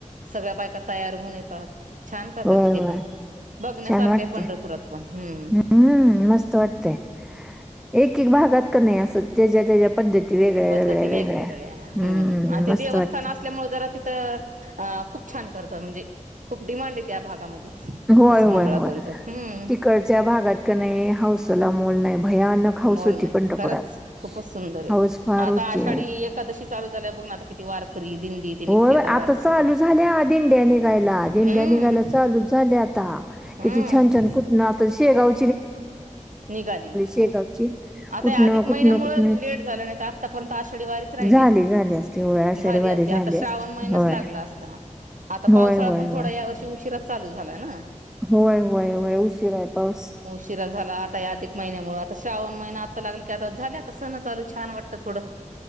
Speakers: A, on the right (about 75°); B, in the centre.
A: सगळ्या बायका तयार होऊन येतात. छान करतात
B: होय
A: तिथे
B: होय
A: पण. बघण्यासारखं
B: छान वाटतय.
A: आहे पंढरपुरात पण हम्म
B: हम्म. मस्त वाटतय. एक एक भागात का नाही असं ज्याच्या त्याच्या पद्धती- वेगळ्या
A: पद्धती
B: वेगळ्या वेगळ्या
A: वेगवेगळ्या.
B: हम्म
A: हं. आता
B: मस्त
A: देवस्थान
B: वाटत
A: अस- ल्यामुळे जरा तिथं, आं खूप छान करता म्हणजे खूप डिमांडये त्या भागामध्ये.
B: व्हय.
A: तसं
B: व्हय.
A: मंगळागौरीच
B: व्हय
A: हम्म
B: तिकडच्या भागात का नाही हौसेला मोल नाही. भयानक हाऊस
A: मोल
B: होती
A: नाही
B: पंढरपुरात.
A: खरंच खूपच सुंदर आहे.
B: हौस फार
A: आता
B: होती
A: आषाढी एकादशी चालू झाल्यावर बघ ना आता किती वारकरी दिंडी- ती निघते
B: होय. आता
A: वारकरी
B: चालू झाल्या दिंड्या निघायला. दिंड्या
A: हम्म
B: निघायला चालूच झाल्या आता.
A: हम्म
B: किती छान छान कुठन आता शेगाव-
A: निघाली
B: शेगावची
A: हो. आता
B: कुठनं
A: या अधिक
B: कुठनं
A: महिन्यामुळ
B: कुठनं
A: लेट झालं नाही त आ- -तापर्यंत आषाढी वारीच राहिली
B: झाली
A: असती.
B: झाली असती होय आषाढी
A: झाली
B: वारी
A: असती आता. श्रावण
B: असती
A: महिनाच
B: होय
A: लागला असता. आता
B: होय
A: पावसाळा
B: होय
A: पण
B: होय
A: थोडा या वर्षी उशिराच चालू झालाय ना?
B: होय. होय. होय. उशिराय पाऊस.
A: उशिरा झाला आता या अधिक महिन्यामुळे. आता श्रावण महिना आत्ता लागल की आता झाले आता सण चालू छान वाटतं थोडं.